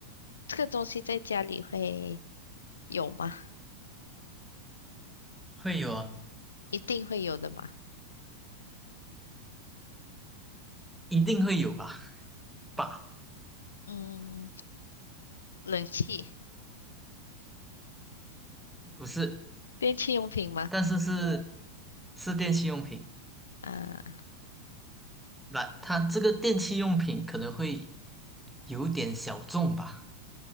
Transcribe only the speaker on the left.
这个东西在家里会有吗？
一定会有的嘛。
嗯，冷气、
电器用品吗？
啊，